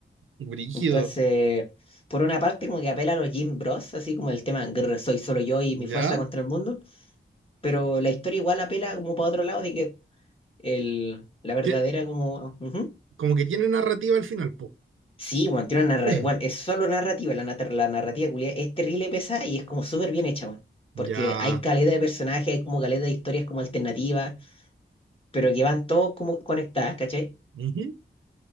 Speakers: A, on the right; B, on the left.
A: Brígido.
B: Entonces, por una parte, como que apela a los Jim Bros, así como el tema "Grr, soy solo yo y
A: ¿Ya?
B: mi fuerza contra el mundo, pero la historia igual apela como para otro lado de que el, la verdadera
A: Te-
B: como... ujú.
A: como que tiene narrativa al final, po.
B: Sí, bueno, tiene una narrativa,
A: <clears throat>
B: es solo narrativa, la, nata- la narrativa culiá es terrible pesada y es como súper bien hecha, weón,
A: Ya.
B: Porque hay caleta de personajes, hay como caleta de historias como alternativas, pero que van todos como conectadas, ¿cachai?
A: Ujú.